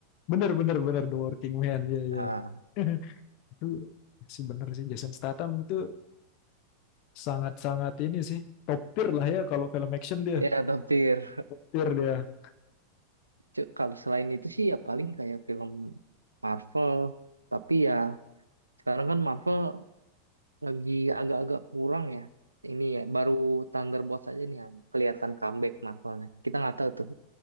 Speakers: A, on the left; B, on the right.
A: Bener, bener, bener. The Working Man. ya ya
B: Nah,
A: <laughs> Itu sih bener sih. Jason Statham itu sangat-sangat ini sih. Top tier lah ya kalau film action dia.
B: ya Top Tier.
A: Tier dia.
B: Cu- Kalau selain itu sih ya paling kayak film Marvel, tapi ya Sekarang kan Marvel lagi agak-agak kurang ya. Ini ya, baru Thunderbolts aja nih yang kelihatan comeback Marvelnya. Kita nggak tahu tuh